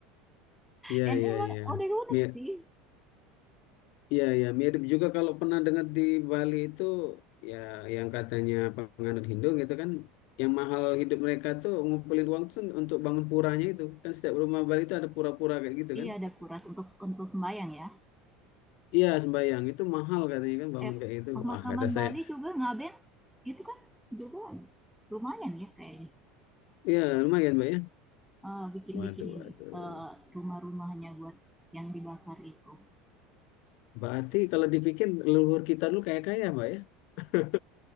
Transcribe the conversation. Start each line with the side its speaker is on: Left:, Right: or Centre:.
Left: Iya,
Centre: Dan
Left: iya,
Centre: emang
Left: iya.
Centre: udah unik
Left: Mir
Centre: sih.
Left: iya, iya. Mirip juga kalau pernah dengar di Bali itu, ya yang katanya penganut Hindu gitu kan, yang mahal hidup mereka tuh ngumpulin uang tuh untuk bangun puranya itu. Kan setiap rumah Bali itu ada pura-pura kayak gitu
Centre: Iya
Left: kan.
Centre: ada kuras untuk untuk sembahyang ya.
Left: Iya, sembayang. Itu mahal katanya kan bangun
Centre: eh,
Left: kayak gitu.
Centre: pemakaman
Left: Ah, kata
Centre: Bali
Left: saya.
Centre: juga Ngaben itu kan juga lumayan ya kayaknya
Left: Iya, lumayan, Mbak ya.
Centre: eh, bikin-bikin
Left: Waduh,
Centre: ini
Left: waduh.
Centre: eh, rumah-rumahnya buat yang dibakar itu.
Left: Berarti kalau dipikir leluhur kita dulu kaya-kaya, Mbak ya. <laughs>